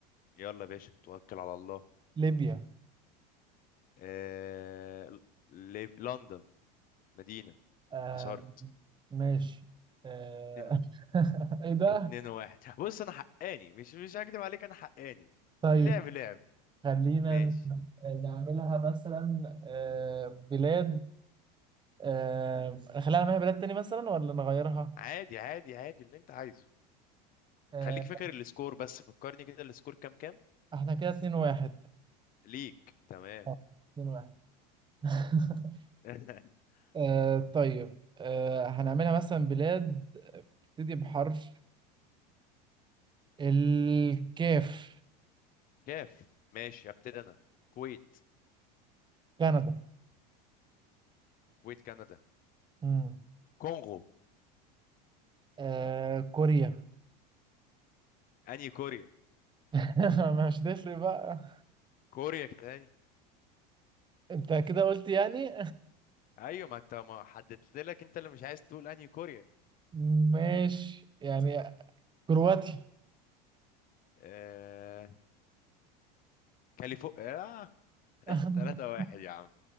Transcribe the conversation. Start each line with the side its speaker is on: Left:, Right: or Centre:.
Left: يلا يا باشا توكل على الله
Right: ليبيا
Left: آه... ل... لندن مدينة
Right: آه
Left: خسرت
Right: ماشي آه
Left: اتنين
Right: <laughs> إيه ده؟
Left: اتنين واحد بص انا حقاني مش مش هكدب عليك انا حقاني
Right: طيب
Left: اللعب لعب
Right: خلينا
Left: ماشي
Right: نعملها مثلا آه بلاد آه خلينا نعملها بلاد تاني مثلا ولا نغيرها؟
Left: عادي عادي عادي اللي انت عايزه
Right: آه
Left: خليك فاكر السكور بس فكرني كده السكور كام كام
Right: احنا كده اتنين واحد
Left: ليك تمام
Right: اه اتنين واحد <laughs>
Left: <laughs>
Right: آه طيب آه هنعملها مثلا بلاد بتبتدي بحرف الكاف
Left: كاف ماشي ابتدي انا كويت
Right: كندا
Left: كويت كندا
Right: مم.
Left: كونغو
Right: آه كوريا
Left: انهي كوريا
Right: <laughs> ما مش هتفرق بقى
Left: كوريا تاني
Right: انت كده قلت يعني
Left: ايوه ما انت ما حددت لك انت اللي مش عايز تقول انهي كوريا
Right: <laughs> ماشي يعني كرواتي
Left: آه... كاليفورنيا آه... <laughs>
Right: <laughs>
Left: 3 واحد يا عم